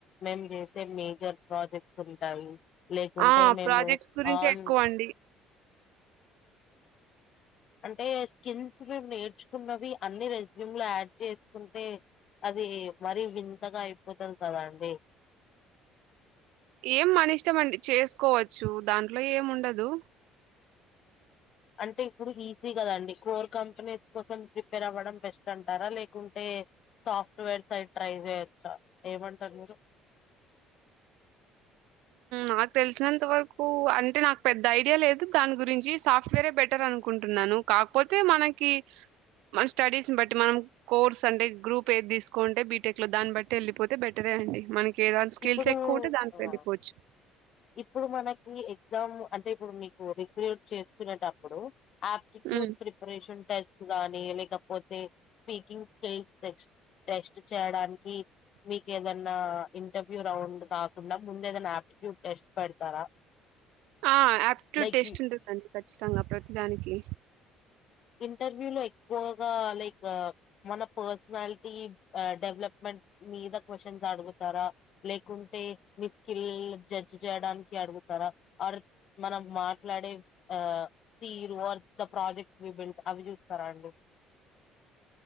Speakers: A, on the left (about 55°); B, on the right (about 80°).
A: మేమ్ జేసే మేజర్ ప్రాజెక్ట్స్ ఉంటాయి. లేకుంటే
B: ఆ
A: మేము
B: ప్రాజెక్ట్స్ గురించే
A: ఆన్.
B: ఎక్కువ అండి
A: అంటే స్కిల్స్ మేము నేర్చు, న్నవి అన్ని రెజమ్లు యాడ్ చేసుకుంటే, అది మరీ వింతగా అయిపోతుంది కదా అండి.
B: ఏం మాని ఇష్టం అండి చేసుకోవచ్చు దాంట్లో ఏం ఉండదు.
A: అంటే ఇప్పుడు ఈజీ కదండి కోర్ కంపెనీస్ కోసం ప్రిపేర్ అవ్వడం బెస్ట్ అంటారా లేకుంటే, సాఫ్ట్వేర్స్ అయి ట్రై చేయొచ్చా ఏమంటారు మీరు,
B: నాకు తెలిసినంత వరకు అంటే నాకు పెద్ద ఐడియా లేదు దాని గురించి సాఫ్ట్వేరే బెటర్, ర్ అనుకుంటున్నాను కాకపోతే మనకి మన స్టడీస్ ని బట్టి మనం, కోర్స్ అంటే గ్రూప్ ఏది తీసుకోంటే బీటెక్ లో దాన్ని బట్టి వెళ్ళిపోతే బెటరే అండి మనకి, వేదాని స్కిల్స్
A: ఇప్పుడు
B: ఎక్కువ ఉంటే దానికి
A: ఆ!
B: వెళ్లు పోవచ్చు.
A: ఇప్పుడు మనకి ఎగ్జామ్ అంటే ఇప్పుడు మీకు రెగ్యులేట్ చేసుకునేటప్పుడుప్, ఇస్ట్యూట్
B: ఉమ్
A: ప్రిపరేషన్ టెస్ట్ గానీ లేకపోతే స్పీకింగ్ స్కిల్స్ టెస్ట్. టెస్ట్ చేయడానికి మీకేదన్నా, ఇంటర్వ్యూ రౌండ్ కాకుండా ముంద ఏదైనా యాప్టిట్యూడ్ టెస్ట్ పెడతారా.
B: ఆ ఆప్టిట్యూడ్
A: లైక్
B: టేస్ట్ ఉంటుందండి ఖచ్చితంగా ప్రతిదానికి,
A: ఇంటర్వ్యూ లో ఎక్కువగా లైక్, మన పర్సనాలిటీ డెవలప్మెంట్ మీద క్వశ్చన్స్ అడుగుతారా, లేకుంటే మీ స్కిల్ జడ్జ్ చేయడానికి అడుగుతారా అ మనం మాట్లాడే ఆ తీరు ఆర్ ద ప్రాజెక్ట్. సి బెల్ట్ అవి చూస్తారా అండి.